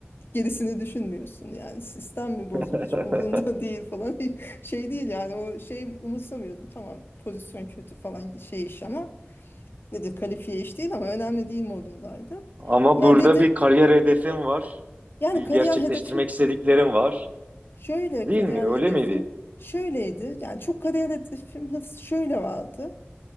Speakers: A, on the left (about 55°); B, on the right (about 35°).
A: gerisini düşünmüyorsun yani sistem mi bozuk
B: <laughs>
A: hiç umurunda <laughs> değil falan şey değil yani o şeyi umursamıyordum tamam pozisyon kötü falan şey iş ama nedir kalifiye iş değil ama önemli değil modundaydım
B: Ama
A: ya
B: burada
A: dedim
B: bir kariyer hedefim var.
A: yani
B: Bir
A: kariyer
B: gerçekleştirmek
A: hedefim
B: istediklerim var.
A: şöyle
B: Değil
A: kariyer
B: mi? Öyle
A: hedefim
B: miydi?
A: şöyleydi yani çok kariyer hedefim hırs şöyle vardı